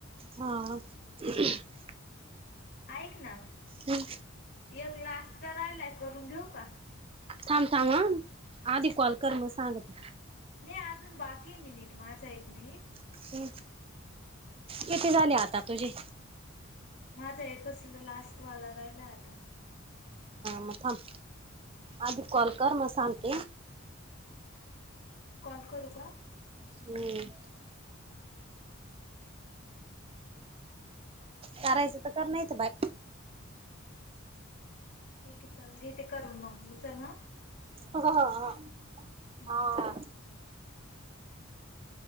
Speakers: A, on the right; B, on the left.
A: हा. <inaudible>
B: ऐक ना,
A: हम्म
B: एक ला आस् तर राहिलाय करून घेऊ का?
A: थांब थांब ह, आधी कॉल कर मग सांगते.
B: नाही अजून बाकीयं मिनिट माझा एक मिनिटं.
A: हम्म किती झाले आता तुझे?
B: माझा एकच लास्टवाला राहिलाय आता.
A: म थांब आधी कॉल कर म सांगते.
B: कॉल करू का?
A: हम्म, करायचं तर, कर नाही तर बाय.
B: ठीक आहे, चालेल घेते करून मग उचल ह.
A: हो हो हो,
B: हम्म,
A: हा.